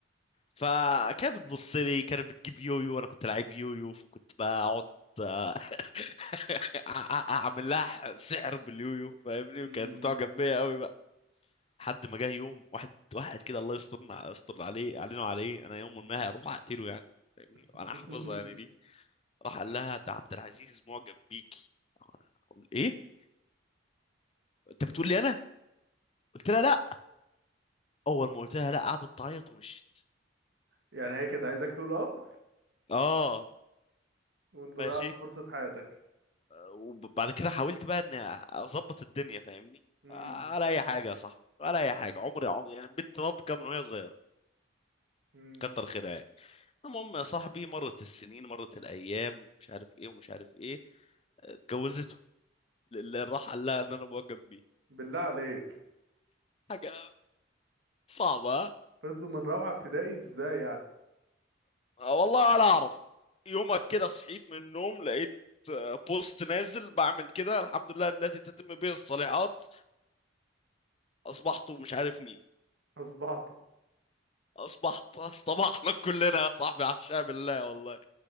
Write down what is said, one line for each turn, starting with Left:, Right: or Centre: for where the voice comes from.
Left: فكانت بتبص لي كانت بتجيب يويو وانا كنت لعيب يويو فكنت بقعد آه، أع- أع- اعمل لها سحر باليويو فاهمني
Right: امم
Left: وكانت بتعجب بيا قوي بقى لحد ما جه يوم واحد واحد كده الله يسترنا يستر عليه علينا وعليه انا يوم ما هروح اقتله يعني فاهمني
Right: <laughs>
Left: انا حافظها يعني دي راح قال لها ده عبد العزيز معجب بيكي أنا أقول ايه انت بتقول لي انا قلت لها لا اول ما قلت لها لا قعدت تعيط ومشيت
Right: يعني هي كانت عايزاك تقول اه
Left: اه
Right: وانت
Left: ماشي
Right: ضيعت فرصة حياتك
Left: وبعد كده حاولت بقى ان اظبط الدنيا فاهمني
Right: امم
Left: ولا اي حاجه يا صاحبي ولا اي حاجه عمري عمري يعني بنت ناضجه من وهي صغيره
Right: امم
Left: كتر خيرها يعني المهم يا صاحبي مرت السنين مرت الايام مش عارف ايه ومش عارف ايه اتجوزته اللي راح قال لها ان انا معجب بيه
Right: بالله عليك
Left: حاجه صعبه ها؟
Right: فضلوا من رابعة ابتدائي ازاي يعني
Left: آه، والله ولا اعرف يومك كده صحيت من النوم لقيت آه، بوست نازل بعمل كده الحمد لله التي تتم به الصالحات اصبحت مش عارف مين
Right: اصبحتوا
Left: اصبحت اصطبحنا كلنا يا صاحبي عشاء بالله والله